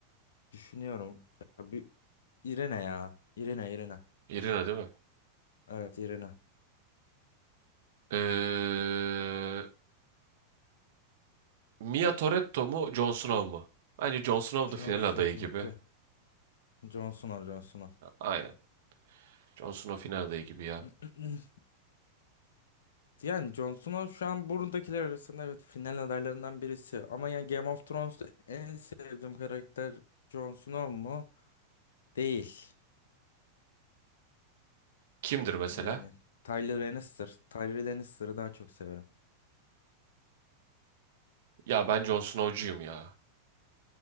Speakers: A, on the left (about 60°); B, on the right (about 55°).
A: düşünüyorum ya bir Irene ya. Irene Irene.
B: Irina değil mi?
A: Evet Irene.
B: Ee, Mia Toretto mu Jon Snow mu? Bence Jon Snow
A: Johnson
B: da final adayı
A: Johnson
B: gibi.
A: Johnson.
B: Aynen. Jon Snow final adayı gibi ya.
A: <clears throat> Johnson. Yani Jon Snow şu an buradakiler arasında evet final adaylarından birisi. Ama yani Game of Thrones'ta en sevdiğim karakter Jon Snow mu? Değil.
B: Kimdir mesela?
A: Yani Tyler Lannister. Tyler Lannister'ı daha çok severim.
B: Ya ben Jon Snow'cuyum ya.